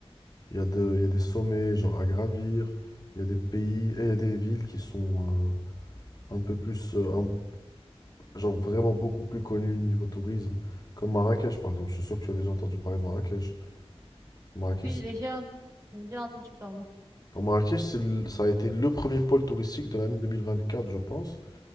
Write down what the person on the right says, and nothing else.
Oui,
j'ai déjà, j'ai déjà entendu parler.